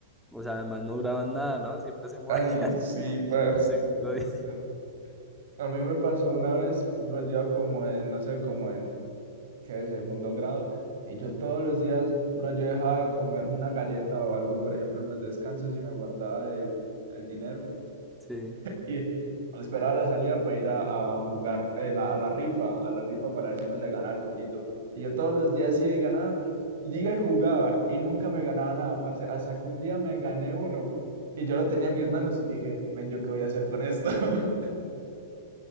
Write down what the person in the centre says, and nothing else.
o sea, además no duraban nada, ¿no? Siempre se morían
<laughs>
como el segundo
día.
Sí,